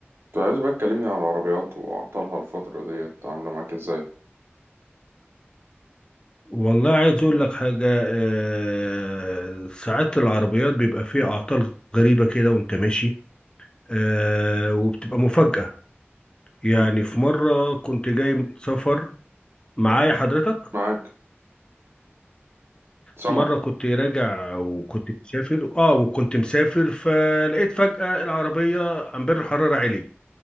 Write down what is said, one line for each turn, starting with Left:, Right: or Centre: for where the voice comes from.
Right: كنت عايز بقى تكلمني على العربيات وأعطالها الفترة ديت عاملة معاك إزاي؟
Left: والله عايز اقول لك حاجة آه، ساعات العربيات بيبقى فيها اعطال غريبة كده وانت ماشي آه، وبتبقى مفاجأة يعني
Right: مم.
Left: في مرة كنت جاي من سفر معايا حضرتك
Right: معاك سامعك
Left: مرة كنت راجع وكنت مسافر اه وكنت مسافر فلقيت فجأة العربية امبير الحرارة عالي